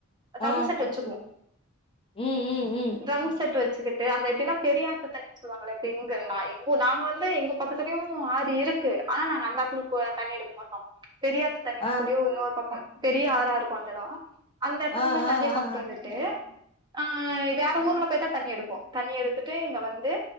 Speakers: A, on the right; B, on the left.
A: டம்
B: ஆ
A: செட் வச்சுக்குவோம்
B: ம் ம் ம்
A: ட்ரம் செட் வச் வச்சுக்கிட்டு அங்க எப்டினா பெரியாத் னு சொல்லுவாங்களே பெண்கள் எங்க எங்க நாங்க வந்து எங்க பக்கத்துலயும் ஆறு இருக்கு ஆனா நாங்க அந்த ஆத்துல தண்ணி எடுக்க மாட்டோம் பெரியாத்து தன்னின்னு
B: ஆ
A: சொல்லி இன்னொரு பக்கம் பெரிய ஆரா இருக்கும் அந்த எடம் அந்த எடத்துல
B: ஆ
A: இருந்து தண்ணி
B: ஆ
A: கொண்டு
B: ஆ
A: வந்துட்டு ஆ வேற ஊர்ல போயி தண்ணி எடுப்போம் தண்ணி எடுத்து துட்டே இங்க வந்து